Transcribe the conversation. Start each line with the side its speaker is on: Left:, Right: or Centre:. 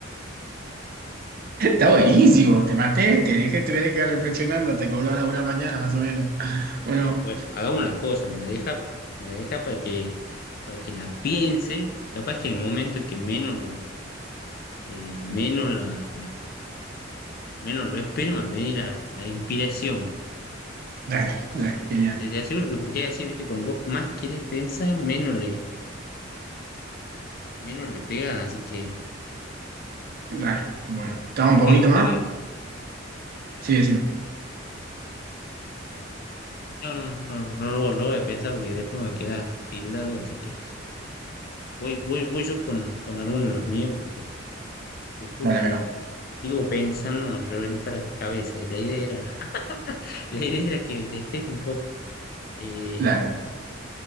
Right: Está buenísimo, te maté, te dejé, te voy a dejar reflexionando hasta que vuelva a la una mañana, más o menos. Bueno,
Left: Bueno, hagamos una cosa, me la deja, me la deja para que, para que la piense. Capaz que en el momento que menos lo, eh, menos la, menos lo espere, me va a venir la, la inspiración.
Right: dale, dale, genial.
Left: Eh, Te, te aseguro que porque es así, viste, cuando vos más querés pensar, menos le, menos le pegás, así que.
Right: Dale, bueno. ¿Estamos
Left: Porque,
Right: para bonito más?
Left: a ver,
Right: Sí, decime.
Left: No, no, no, no, no lo, lo voy a pensar porque después me queda tildado, así que voy, voy, voy yo con, con alguno de los míos porque te juro
Right: Dale,
Left: que
Right: amigo.
Left: digo pensando me reventa la cabeza y la idea era, <laughs> la idea era que despeje un poco. Eh,
Right: Dale.